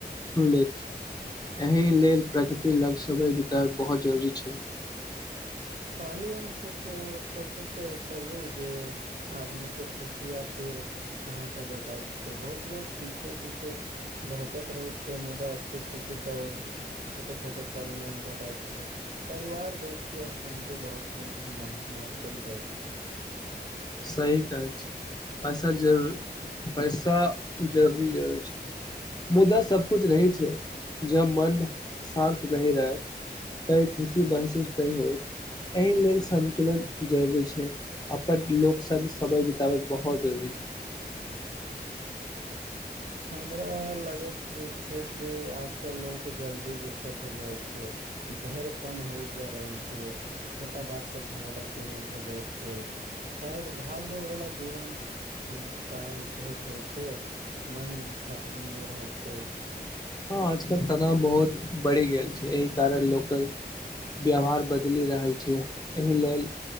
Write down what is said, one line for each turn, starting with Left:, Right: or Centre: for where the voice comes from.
Left: छू ले छै एहि लेल प्रकृति लग समय बितायब बहुत जरूरी छै
Right: खाली हम सो सोचैत छलहुँ जे आदमी के खुशी आखिर कहाँ से भेटाइत छै बहुत लोग पीछे पीछे भौकत रहै छै मुदा असलियत खुशी तो छोटे छोटे पल में भेटाैत छै परिवार दोस्ती और शान्ति बहत्वपूर्ण महत्वपूर्ण रहै छै
Left: सही कहे छियै पैसा जरूर पैसा जरूरी जरूर छै मुद्दा सब कुछ रही छै जब मन शान्त नहि रहै तइ खुशी महसूस नइ होयत एहि लेल संन्तुलन जरूरी छै अपन लोक संग समय बिताबल बहुत जरूरी छै
Right: हमरा लगैत जे छै जे आजकल लोक जल्दी गुस्सा भए जाइत छै धैर्य कम होइत जा रहल छै छोटा बात पर झगड़ा शुरू भए जायत छै शायद भाग दौड़ वला जीवन कारण एहत होइ छै मन थकान भी रहैत छै
Left: हँ आजकल तनाव बहुत बढ़ि गेल छै एहि कारण लोकल व्यवहार बदलि रहल छै एहि लेल